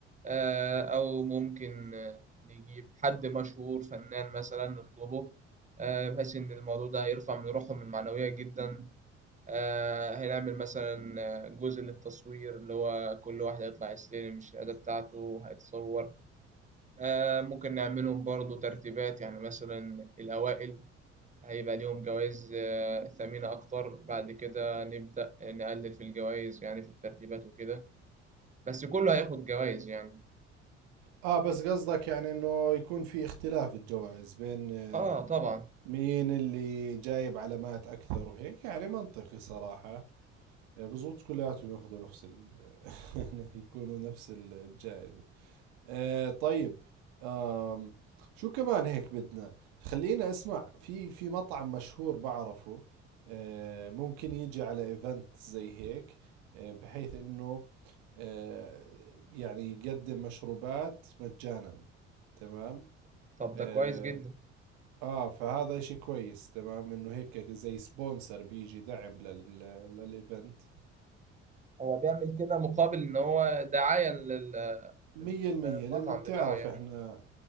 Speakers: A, on the right; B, on the right.
A: آه، أو ممكن آه، نجيب حد مشهور فنان مثلا نطلبه آه، بحيث إن الموضوع ده هيرفع من روحهم المعنوية جدا آه، هنعمل مثلا آه، جزء للتصوير اللي هو كل واحد هيطلع يستلم الشهادة بتاعته هيتصور آه، ممكن نعملهم برضو ترتيبات يعني مثلا الأوائل هيبقى ليهم جوائز آه، ثمينة أكتر بعد كده نبدأ نقلل في الجوائز يعني في الترتيبات وكده بس كله هياخد جوائز يعني
B: آه بس قصدك يعني إنه يكون في اختلاف الجوائز بين آه،
A: آه طبعا
B: مين اللي جايب علامات أكثر وهيك يعني منطقي صراحة آه، بزبط كلياتهم ياخذوا نفس ال <laughs> <applause> يكونوا نفس الجائزة آه طيب آم شو كمان هيك بدنا خلينا اسمع في في مطعم مشهور بعرفه آه ممكن يجي على ايفنت زي هيك آه بحيث انه آه يعني يقدم مشروبات مجانا تمام
A: طب
B: اه,
A: ده كويس جدا
B: آه فهذا اشي كويس تمام انه هيك زي سبونسر بيجي دعم لل للايفنت
A: هو بيعمل كده مقابل ان هو دعاية لل- للمطعم
B: مية المية لأنه بتعرف
A: بتاعه يعني
B: احنا